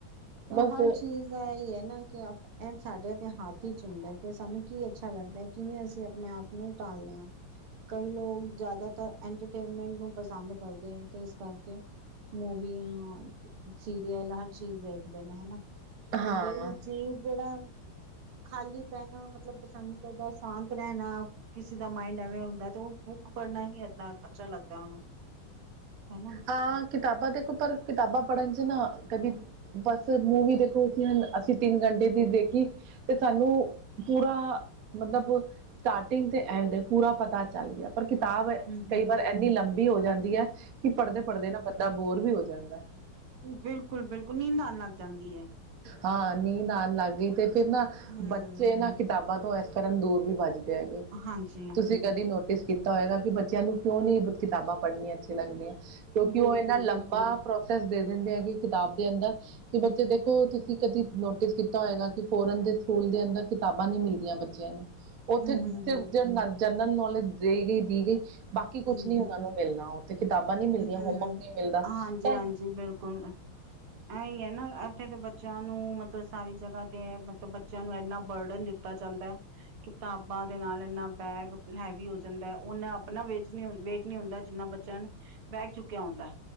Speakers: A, on the right; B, on the right.
A: ਤੇ
B: ਬਸ
A: ਹਰ ਚੀਜ਼ ਐ ਈ ਏ ਨਾ ਕਿ ਆਪ ਏ ਸਾਡੇ ਤੇ ਹੱਥ ਇਚ ਹੁੰਦਾ ਐ ਕਿ ਸਾਨੂੰ ਕੀ ਅੱਛਾ ਲੱਗਦਾ ਏ ਕਿਵੇਂ ਅਸੀਂ ਆਪਣੇ ਆਪ ਨੂੰ ਟਾਲਨੇ ਆ। ਕਈ ਲੋਗ ਜ਼ਿਆਦਾਤਰ ਇੰਟਰਟੇਨਮੈਂਟ ਨੂੰ ਪਸੰਦ ਕਰਦੇ ਏ ਤੇ ਕਰਕੇ, ਮੂਵੀਆਂ, ਸੀਰੀਅਲ ਹਰ ਚੀਜ਼ ਦੇਖਦੇ ਨੇ ਹੈਨਾ। ਹੋਰ
B: ਹਾਂ
A: ਕੋਈ ਚੀਜ਼ ਜੇੜਾ ਖਾਲੀ ਬੈਨਾ ਮਤਲਬ ਪਸੰਦ ਕਰਦਾ ਸ਼ਾਂਤ ਰੈਨਾ। ਕਿਸੇ ਦਾ ਮਾਇੰਡ ਐਵੇਂ ਹੁੰਦਾ ਤੇ ਓ ਬੁੱਕ ਪੜ੍ਹਨਾ ਈ ਇਤਨਾ ਈ ਅੱਛਾ ਲੱਗਦਾ ਓਨੂੰ। ਹੈਨਾ।
B: ਹਾਂ ਕਿਤਾਬਾਂ ਦੇਖੋ ਪਰ ਕਿਤਾਬਾਂ ਪੜ੍ਹਨ ਚ ਨਾ ਕਦੀ ਬਸ ਮੂਵੀ ਦੇਖੋ ਅਸੀਂ ਅਸੀਂ ਤਿੰਨ ਘੰਟੇ ਦੀ ਦੇਖੀ ਫੇਰ ਸਾਨੂੰ, ਪੂਰਾ ਮਤਲਬ ਸਟਾਰਟਿੰਗ ਤੇ ਐਂਡ ਪੂਰਾ ਪਤਾ ਚੱਲ ਗਿਆ। ਪਰ ਕਿਤਾਬ
A: ਹੂੰ ਹੂੰ
B: ਕਈ ਵਾਰ ਐੰਨੀ ਲੰਬੀ ਹੋ ਜਾਂਦੀ ਐ, ਕਿ ਪੜ੍ਹਦੇ-ਪੜ੍ਹਦੇ ਨਾ ਬੰਦਾ ਬੋਰ ਵੀ ਹੋ ਜਾਂਦਾ।
A: ਬਿਲਕੁਲ-ਬਿਲਕੁਲ ਨੀਂਦ ਆਣ ਲੱਗ ਜਾਂਦੀ ਐ।
B: ਹਾਂ ਨੀਂਦ ਆਣ ਲੱਗ ਗਈ ਤੇ ਫੇਰ ਨਾ
A: ਹੂੰ
B: ਬੱਚੇ ਨਾ ਕਿਤਾਬਾਂ ਤੋਂ ਏਸ ਕਰਨ ਦੂਰ ਵੀ ਭੱਜਦੇ ਹੈਗੇ
A: ਹਾਂਜੀ
B: ਤੁਸੀਂ ਕਦੇ ਨੋਟਿਸ ਕੀਤਾ ਹੋਏਗਾ ਕਿ ਬੱਚਿਆਂ ਨੂੰ ਕਿਉਂ ਨੀ ਕਿਤਾਬਾਂ ਪੜ੍ਹਨੀਆਂ ਅੱਛੀਆਂ ਲੱਗਦੀਆਂ। ਕਿਉਂਕਿ
A: ਬਿਲਕੁਲ
B: ਓ ਏਨਾ ਲੰਬਾ
A: ਬਿਲਕੁਲ
B: ਪ੍ਰੋਸੈਸ ਦੇ ਦਿੰਦੇ ਹੈਗੇ ਕਿਤਾਬ ਦੇ ਅੰਦਰ, ਕਿ ਬੱਚੇ ਦੇਖੋ ਦੇਖੋ ਤੁਸੀਂ ਕਦੀ ਨੋਟਿਸ ਕੀਤਾ ਹੋਏਗਾ ਕਿ ਫੋਰਨ ਦੇ ਸਕੂਲ ਦੇ ਅੰਦਰ ਕਿਤਾਬਾਂ ਨੀ ਮਿਲਦੀਆਂ ਬੱਚਿਆਂ ਨੂੰ। ਓਥੇ
A: ਹੂੰ ਹੂੰ ਹੂੰ
B: ਸਿਰਫ ਜਨਰਲ ਜਨਰਲ ਨੌਲੇਜ ਦੇ ਗਈ ਦੀ ਗਈ ਬਾਕੀ ਕੁਛ
A: ਹੂੰ
B: ਨੀ ਓਨਾਂ ਨੂੰ ਮਿਲਣਾ। ਤੇ ਕਿਤਾਬਾਂ ਨੀ ਮਿਲਦੀਆਂ
A: ਹੂੰ,
B: ਹੋਮਵਰਕ ਨਹੀਂ ਮਿਲਦਾ
A: ਹਾਂਜੀ-ਹਾਂਜੀ,
B: ਤਾਂ
A: ਬਿਲਕੁਲ। ਐਈ ਐਨਾ ਏਥੇ ਦੇ ਬੱਚੇਆਂ ਨੂੰ ਮਤਲਬ ਸਾਰੀ ਜਗ੍ਹਾ ਤੇ ਮਤਲਬ ਬੱਚੇਆਂ ਨੂੰ ਏਨਾ ਬਰਡਨ ਦਿੱਤਾ ਦਿੱਤਾ ਜਾਂਦੈ। ਕਿਤਾਬਾਂ ਦੇ ਨਾਲ ਏਨਾ ਬੈਗ ਹੈਵੀ ਹੋ ਜਾਂਦਾ, ਓਨਾ ਅਪਣਾ ਵੇਜ ਵੇਟ ਨੀ ਹੁੰਦਾ ਜਿੰਨਾ ਬੱਚ ਚਨ ਬੈਗ ਚੁੱਕੇਆ ਹੁੰਦਾ।